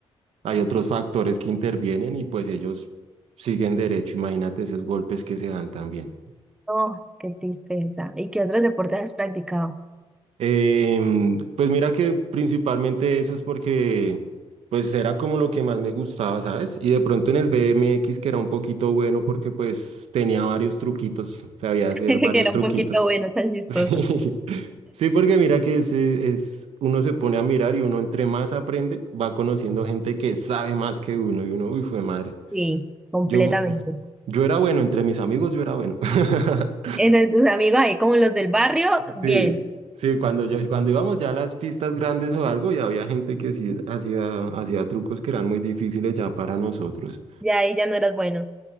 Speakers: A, on the right (about 70°); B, in the centre.
A: hay otros factores que intervienen y pues ellos siguen derecho. Imagínate esos golpes que se dan también.
B: Oh, qué tristeza. ¿Y qué otros deportes has practicado?
A: Em, pues mira que principalmente eso es porque pues era como lo que más me gustaba, ¿sabes? Y de pronto en el BMX que era un poquito bueno porque pues tenía varios truquitos, sabía
B: <laughs>
A: hacer
B: que
A: varios
B: era
A: truquitos.
B: un poquito bueno, tan chistoso.
A: <laughs> Sí, sí, porque mira que es, es, uno se pone a mirar y uno entre más aprende va conociendo gente que sabe más que uno y uno, uy, fue madre.
B: Sí, completamente.
A: Yo, yo era bueno, entre mis amigos yo era bueno. <laughs>
B: Entonces tus amigos ahí, como los del barrio,
A: Sí,
B: bien,
A: sí, cuando ya, cuando íbamos ya a las pistas grandes o algo, ya había gente que sí hacía, hacía trucos que eran muy difíciles ya para nosotros.
B: ya ahí ya no eras bueno.